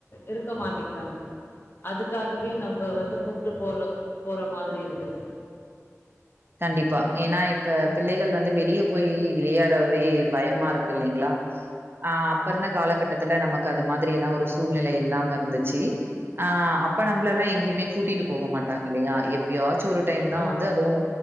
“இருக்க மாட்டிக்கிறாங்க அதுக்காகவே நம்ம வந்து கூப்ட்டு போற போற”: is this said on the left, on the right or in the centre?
Left